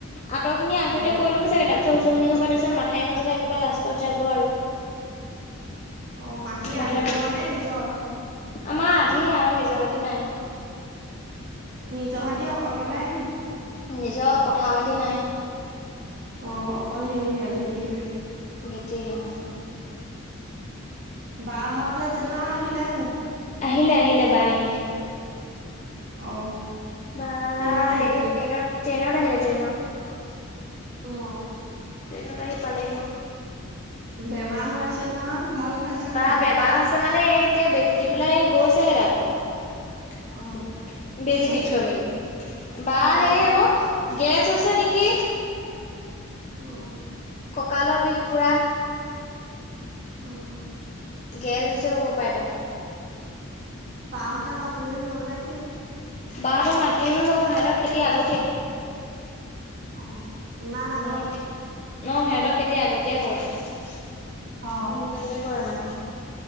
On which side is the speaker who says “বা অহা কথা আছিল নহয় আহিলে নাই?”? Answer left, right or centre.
Right